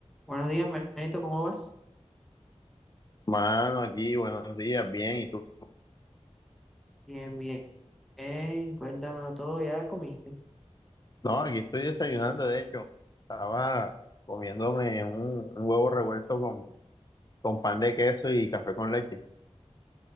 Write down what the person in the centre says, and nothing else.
Buenos días, Manito, ¿cómo vas?
Bien, bien, bien, cuéntamelo todo, ¿ya comiste?